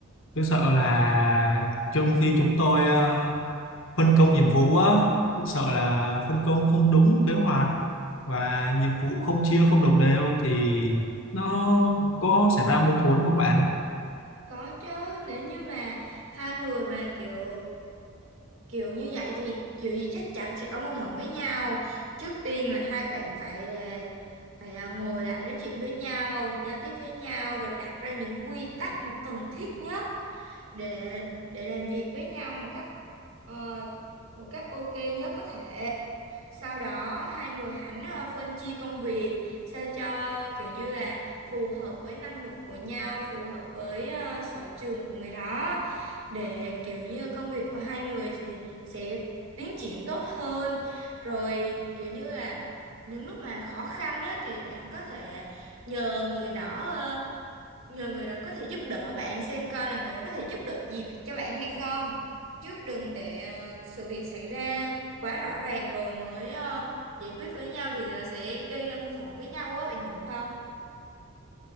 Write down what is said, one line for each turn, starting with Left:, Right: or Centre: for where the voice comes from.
Left: tôi sợ là trong khi chúng tôi ờ, phân công nhiệm vụ á rất sợ là phân công không đúng kế hoạch và nhiệm vụ không chia không đồng đều thì nó có xảy ra mâu thuẫn không bạn
Right: Có chứ, nếu như mà hai người mà kiểu kiểu như vậy thì kiểu gì chắc chắn sẽ có mâu thuẫn với nhau. Trước tiên là hai bạn phải là phải là ngồi lại nói chuyện với nhau, giao tiếp với nhau rồi đặt ra những quy tắc mà cần thiết nhất để để làm việc với nhau một cách ờ, một cách ok nhất có thể. Sau đó hai người hẳn ờ, phân chia công việc sao cho kiểu như là phù hợp với năng lực của nhau, phù hợp với ờ, sở trường của người đó để kiểu như công việc của hai người thì sẽ tiến triển tốt hơn. Rồi kiểu như là những lúc mà khó khăn á thì bạn có thể nhờ người đó ờ, nhờ người đó có thể giúp đỡ bạn xem coi là người đó có thể giúp được gì cho bạn hay không chứ đừng để ờ, sự việc xảy ra quá rõ ràng rồi mới ờ, giải quyết với nhau thì nó sẽ gây ra mâu thuẫn với nhau á bạn hiểu không